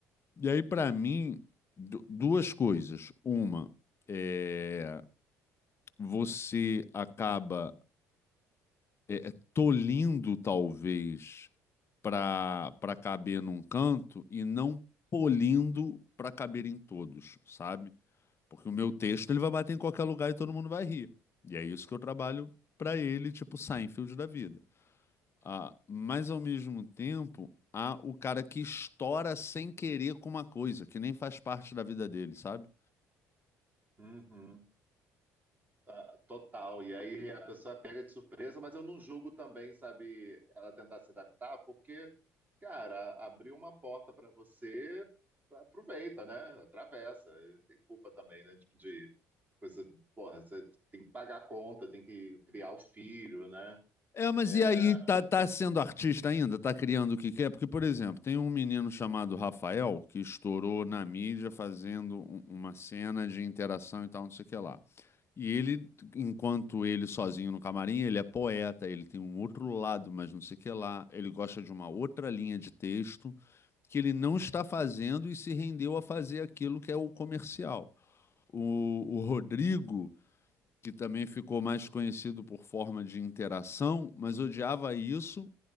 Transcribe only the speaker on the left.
E aí, para mim, du- duas coisas. Uma, é, você acaba é, é, tolindo, talvez, para para caber num canto e não polindo para caber em todos, sabe? Porque o meu texto ele vai bater em qualquer lugar e todo mundo vai rir. E é isso que eu trabalho para ele, tipo Seinfeld da vida. Ah, mas, ao mesmo tempo, há o cara que estoura sem querer com uma coisa, que nem faz parte da vida dele, sabe?
É, mas
e aí tá, tá sendo artista ainda? Tá criando o que quer? Porque, por exemplo, tem um menino chamado Rafael que estourou na mídia fazendo um- uma cena de interação e tal, não sei o que lá. E ele, enquanto ele sozinho no camarim, ele é poeta, ele tem um outro lado, mas não sei o que lá. Ele gosta de uma outra linha de texto que ele não está fazendo e se rendeu a fazer aquilo que é o comercial. O, o Rodrigo que também ficou mais conhecido por forma de interação, mas odiava isso,